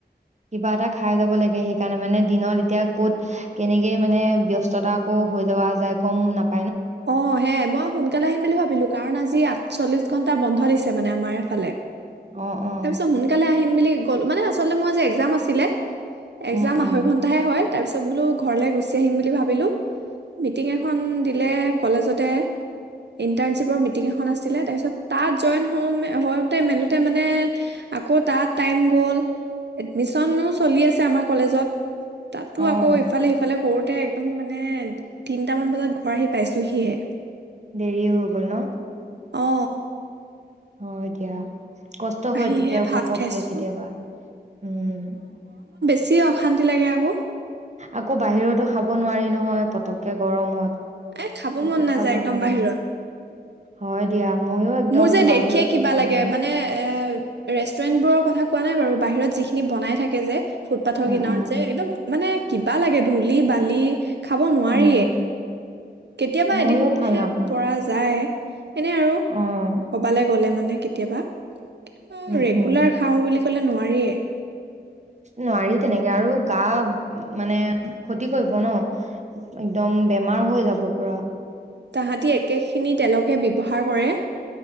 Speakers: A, on the right; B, on the right.
A: কিবা এটা খাই যাব লাগে সেইকাৰণে মানে দিনত এতিয়া কত কেনেকে মানে ব্যস্ততা আকৌ হৈ লোৱা যায় গম নাপ
B: অ সেয়াই মই শুন সোনকালে আহিম বুলি ভাবিলো কাৰণ আজি আঠচল্লিশ ঘণ্টা বন্ধ দিছে মানে আমাৰ এইফালে।
A: অ', অ',
B: তাৰপিছত সোনকালে আহিম আবেলি মানে আচলতে মোৰ এক্সাম আছিলে এক্সাম
A: উম, উম,
B: আঢ়ৈ ঘন্টাহে হয়। তাৰ পিছত বোলো ঘৰলে গুচি আহিম বুলি ভাবিলো মিটিং এখন দিলে কলেজতে ইণ্টাৰণশ্বিপৰ মিটিং এখন আছিলে তাৰপিছত তাত জইন হওঁতে মেলোতে মানে আকৌ তাত টাইম গ'ল এডমিশনো চলি আছে আমাৰ কলেজত তাতো
A: অ',
B: আকৌ ইফালে সিফালে কৰোঁতে একদম মানে তিনিটা মান বজাত ঘৰ আহি পাইছোঁহিহে।
A: দেৰি হৈ গল ন?
B: অ
A: হ‌য় দিয়া। কষ্ট
B: আহিহে
A: হয় তেতিয়াও
B: ভাত
A: ঘপককে
B: খাইছো
A: কেতিয়াবা উম।
B: কি অশান্তি লাগে আকৌ
A: আকৌ বাহিৰতো খাব নোৱাৰি নহয় পতককে গৰমত
B: এ খাব
A: একো
B: মন নাযায়
A: খাব
B: একদম
A: নোৱাৰে
B: বাহিৰত
A: হয় দিয়া ময়ো একদম
B: মোৰ যে
A: বাহিৰত
B: দেখিয়ে কিবা
A: খাব
B: লাগে
A: নোৱাৰো
B: মানে এ ৰেষ্টুৰেন্ট বোৰৰ কথা কোৱা নাই বাৰু বাহিৰত যিখিনি বনাই থাকে যে ফুটপাথৰ
A: উম,
B: কিনাৰত
A: উম,
B: যে একদম মানে কিবা লাগে ধূলি বালি খাব নোৱাৰিয়ে
A: উম,
B: কেতিয়াবা
A: ময়ো
B: এদিনহে
A: ভাল নাপাওঁ
B: পৰা যায় এনে আৰু
A: অ',
B: কবালৈ গ'লে মানে ে কেতিয়াবা অ
A: উম,
B: ৰেগুলাৰ
A: উম।
B: খাওঁ বুলি কলে নোৱাৰিয়েই
A: নোৱাৰি তেনেকে আৰু গা মানে ক্ষতি কৰিব ন একদম বেমাৰ হৈ যাব পুৰা
B: তাহাঁতি একেখিনি তেলকে ব্যৱহাৰ কৰে